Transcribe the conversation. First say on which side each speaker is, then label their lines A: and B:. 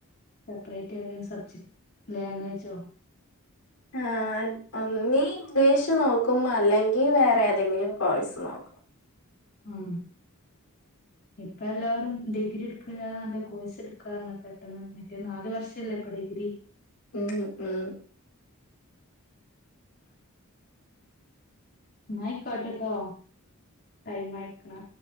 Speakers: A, on the left; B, on the left.
A: സെപ്പറേറ്റ് ഏതെലും സബ്ജെക്ട് ലാംഗ്വേജോ
B: ആ ഒന്നീ ഇംഗ്ലീഷ് നോക്കും അല്ലെങ്കിൽ വേറെ ഏതെങ്കിലും കോഴസ് നോക്കും
A: ആ ഇപ്പ എല്ലാവരും ഡിഗ്രി എടുക്ക നല്ല കോഴ്സ് എടുക്കാറാണ് പെട്ടെന്ന് മറ്റേ നാല് വർഷ ല്ലേപ്പ ഡിഗ്രി
B: ഉം ഉം
A: എന്നയിക്കോട്ടട്ടോ ടൈമായിക്കണ്